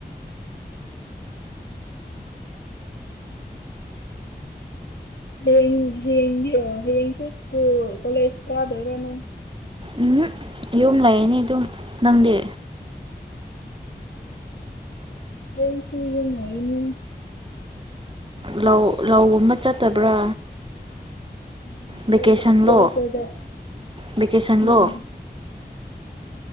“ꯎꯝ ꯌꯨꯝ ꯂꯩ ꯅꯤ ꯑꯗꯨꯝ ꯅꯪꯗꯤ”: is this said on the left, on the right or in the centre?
Right